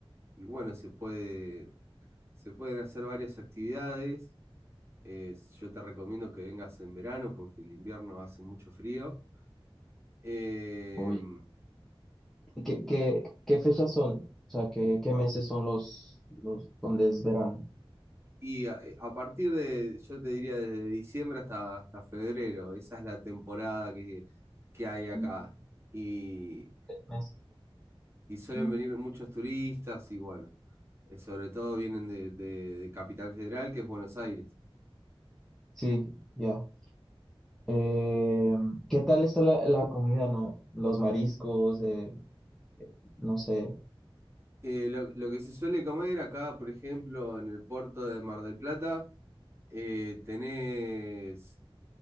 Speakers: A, on the right; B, in the centre.
A: y bueno, se puede, se pueden hacer varias actividades. Eh, yo te recomiendo que vengas en verano porque el invierno hace mucho frío. Em,
B: oye, ¿qué, qué, qué fechas son? O sea, ¿qué, qué meses son los, los donde es verano?
A: Y a, eh, a partir de, yo te diría desde diciembre hasta, hasta febrero, esa es la temporada que, que hay acá.
B: Nombre,
A: Y,
B: mes.
A: y suelen
B: Mm,
A: venir muchos turistas y bueno, eh, sobre todo vienen de, de- de Capital Federal, que es Buenos Aires.
B: Sí, ya. Eh, ¿qué tal está la, la comida, no? Los mariscos, eh, no sé.
A: Eh, lo, lo que se suele comer acá, por ejemplo, en el puerto de Mar del Plata, eh, tenés